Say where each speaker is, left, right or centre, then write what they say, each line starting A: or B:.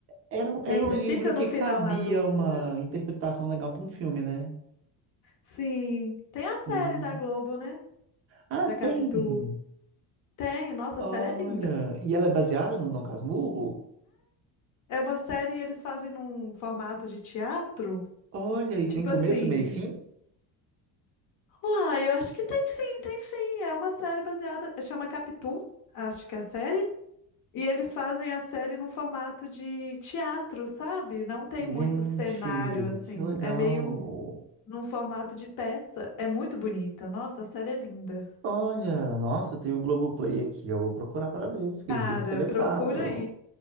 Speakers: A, on the right; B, on the left.
A: Era, um- era
B: E aí você
A: um livro
B: fica no
A: que
B: final
A: cabia
B: na dúvida.
A: uma interpretação legal para um filme, né?
B: Sim, tem a série
A: E-
B: da Globo, né?
A: Ah,
B: Da
A: tem.
B: Capitu. Tem, nossa,
A: Olha,
B: a série é linda.
A: e ela é baseada no Dom Casmurro?
B: É uma série e eles fazem num formato de teatro,
A: Olha, e
B: tipo
A: tem começo,
B: assim.
A: meio e fim?
B: Uai, eu acho que tem sim, tem sim. É uma série baseada, chama Capitu, acho que é a série. E eles fazem a série num formato de teatro, sabe? Não tem
A: Gente,
B: muito cenário assim.
A: que legal.
B: É meio num formato de peça. É muito bonita. Nossa, a série é linda.
A: Olha, nossa, tem o Globoplay aqui, eu vou procurar para ver, fiquei
B: Cara,
A: bem interessado.
B: procura aí.